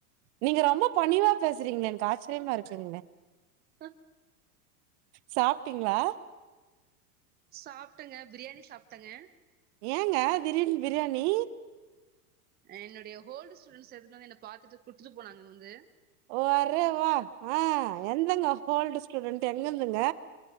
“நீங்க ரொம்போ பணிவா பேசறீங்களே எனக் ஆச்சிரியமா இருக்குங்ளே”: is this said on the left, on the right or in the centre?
Right